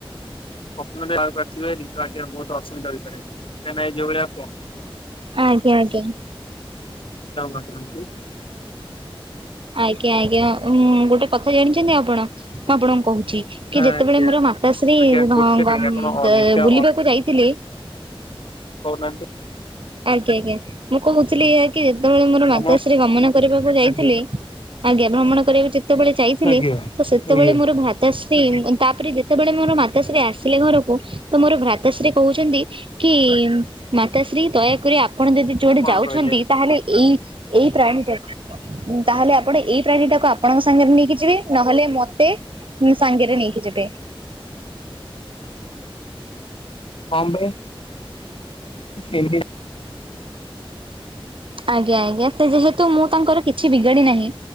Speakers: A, on the left; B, on the right.
A: ସ୍ଵପ୍ନରେ ଆଳୁ ପାଚିଲେ <inaudible> ଆଜ୍ଞା ବହୁତ ଅସୁବିଧା ହୋଇପାରେ। କାହିଁକି ନା ଏ ଯଉଭଳିଆ
B: ଆଜ୍ଞା ଆଜ୍ଞା।
A: <inaudible>
B: ଆଜ୍ଞା ଆଜ୍ଞା ଉମ୍ ଗୋଟେ କଥା ଜାଣିଛନ୍ତି ଆପଣ? ମୁଁ ଆପଣଙ୍କୁ କହୁଛି। କି
A: ଆଜ୍ଞା
B: ଯେତେବେଳେ ମୋର ମାତାଶ୍ରୀ
A: ଆଜ୍ଞା ଗୋଟେ
B: ହମ୍
A: କାଇଁ
B: ଗମ୍ଭୀର
A: ଆପଣ ଅଲଗା
B: ଦ ବୁଲିବାକୁ ଯାଇଥିଲେ?
A: କହୁନାହାଁନ୍ତି?
B: ଆଜ୍ଞା ଆଜ୍ଞା। ମୁଁ କହୁଥିଲି ଏୟା କି? ଯେତେବେଳେ ମୋର
A: ଭ୍ରମଣ
B: ମାତାଶ୍ରୀ ଗମନ କରିବାକୁ ଯାଇଥିଲେ!
A: ଆଜ୍ଞା।
B: ଆଜ୍ଞା। ଭ୍ରମଣ କରିବାକୁ ଯେତେବେଳେ ଯାଇଥିଲେ?
A: ଆଜ୍ଞା
B: ତ ସେତେବେଳେ
A: ଆଜ୍ଞା।
B: ମୋର ଭ୍ରାତ ତାଶ୍ରୀ ତାପରେ ଯେତେବେଳେ ମୋର ମାତାଶ୍ରୀ ଆସିଲେ ଘରକୁ ତ ମୋର ଭ୍ରାତାଶ୍ରୀ କହୁଛନ୍ତି କି ମାତାଶ୍ରୀ ଦୟାକରି ଆପ ଆପଣ ଯଦି ଯୁଆଡେ
A: କଣ
B: ଯାଉଛନ୍ତି?
A: କହିଲେ?
B: ତାହେଲେ ଏଇ ଏଇ ପ୍ରାଣୀ ଟା ତାହେଲେ ଆପଣ ଏଇ ପ୍ରାଣୀ ଟାକୁ ଆପଣଙ୍କ ସାଙ୍ଗରେ ନେଇକି ଯିବେ। ନହେଲେ ମତେ ସାଙ୍ଗରେ ନେଇକି ଯିବେ।
A: କଣ ପାଇଁ? <inaudible>
B: ଆଜ୍ଞା ଆଜ୍ଞା। ସେ ଯେହେତୁ ମୁଁ ତାଙ୍କର କିଛି ବିଗାଡ଼ି ନାହିଁ।